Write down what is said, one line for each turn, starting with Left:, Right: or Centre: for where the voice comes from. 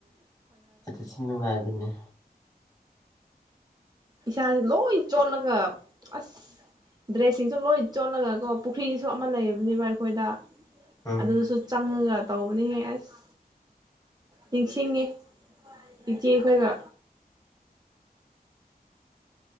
Left: ꯑꯗꯨ ꯁꯤ ꯅꯨꯡꯉꯥꯏꯕꯅꯤ
Right: ꯏꯁꯥꯁꯦ ꯂꯣꯏ ꯆꯣꯠꯂꯒ ꯑꯁ ꯗ꯭ꯔꯦꯁꯁꯤꯡꯁꯨ ꯂꯣꯏ ꯆꯣꯠꯂꯒ ꯀꯣ ꯄꯨꯈ꯭ꯔꯤꯁꯨ ꯑꯃ ꯂꯩꯕꯅꯦꯕ ꯑꯩꯈꯣꯏꯗ
Left: ꯎꯝ
Right: ꯑꯗꯨꯁꯨ ꯆꯡꯉꯒ ꯇꯧꯕꯅꯤꯍꯦ ꯑꯁ ꯅꯤꯡꯁꯤꯡꯉꯤ ꯏꯆꯦꯍꯣꯏꯒ